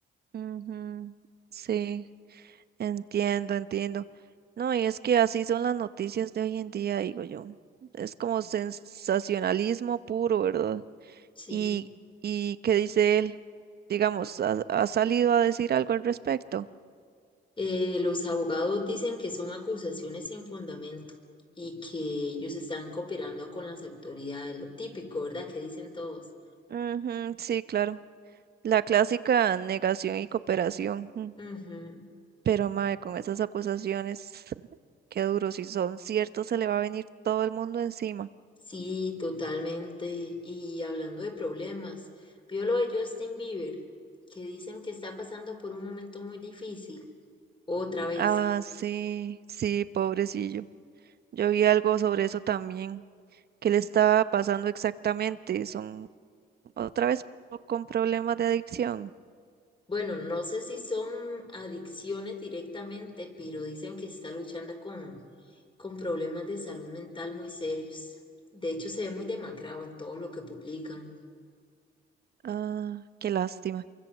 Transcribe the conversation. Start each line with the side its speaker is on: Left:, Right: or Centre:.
Right: Ujú, Sí, entiendo, entiendo. No, y es que así son las noticias de hoy en día, digo yo. Es como sensacionalismo puro, ¿verdad?
Left: Sí.
Right: ¿Y, y qué dice él? Digamos, ¿ha, ha salido a decir algo al respecto?
Left: Eh, los abogados dicen que son acusaciones sin fundamento y que ellos están cooperando con las autoridades, lo típico, ¿verdad? Que dicen todos.
Right: Ujú, sí, claro. La clásica negación y cooperación. mm,
Left: Ujú.
Right: Pero, mae, con esas acusaciones, <laughs> qué duro. Si son ciertos, se le va a venir todo el mundo encima.
Left: Sí, totalmente. Y hablando de problemas, vio lo de Justin Bieber, que dicen que está pasando por un momento muy difícil, otra vez.
Right: Ah, sí, sí, pobrecillo. Yo vi algo sobre eso también. ¿Qué le estaba pasando exactamente? Son otra vez po- con problemas de adicción.
Left: Bueno, no sé si son adicciones directamente, pero dicen que está luchando con con problemas de salud mental muy serios. De hecho, se ve muy demacrado en todo lo que publican.
Right: Ah, qué lástima.